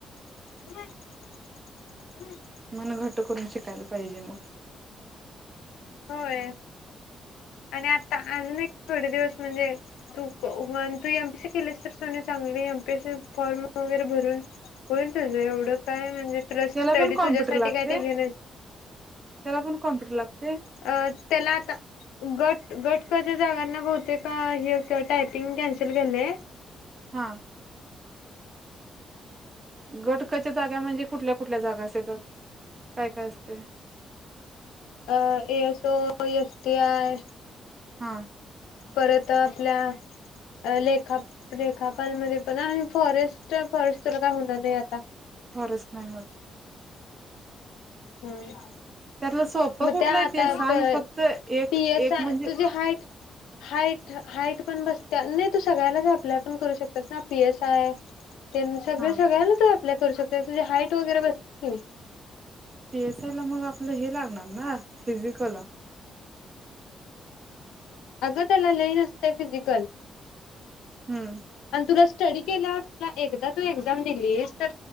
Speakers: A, on the left; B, on the right.
A: <inaudible>
B: मन घट्ट करून शिकायला पाहिजे म
A: होय आणि आता आल ना थोडे दिवस म्हणजे तू तू एम. पी. सी केलीस तर सोनी चांगली एम. पी. सी फॉर्म वगैरे भरून होईल तुझ एवढं काय म्हणजे तुला
B: तेला
A: स्टडी
B: पण कॉम्प्युटर
A: तुझ्यासाठी
B: लागतय
A: काय ते हे
B: त्याला पण कॉम्प्युटर लाग
A: अ त्याला आता गट गट क च्या जागांना बहुतेक हे टायपिंग कॅन्सल केलंय.
B: हा. गट क च्या जागा म्हणजे कुठल्या कुठल्या जागा आस येतात काय काय असतय?
A: अ A. So. O, S. T. I
B: हा
A: परत आपल्या लेखा लेखापाल मध्ये पण आणि फॉरेस्ट फॉरेस्ट तुला काय होणार नाही.
B: फॉरेस्ट नाही होत
A: हम्
B: त्यातलं सोपं
A: मग
B: कुठलं
A: त्या
B: आहे
A: आता
B: ते सांग
A: पीस
B: फक्त एक एक म्हणजे
A: तुझी हा हाट पण बस नाही तू सगळ्यालाच अप्लाय पण करू शकत तस ना पी एस आय त्यां सगळ
B: हा
A: सगळला तर आप करू शकत तुझी हाईट वगैरे बसते
B: पीएस आय ला मग आपलं हे लागणार ना फिजिकल
A: अगं त्याला लई नसते फिजिकल
B: हम्म
A: आणि तुला स्टडी केल्यावर तुला एकदा तू एक्झाम दिली आहेस तर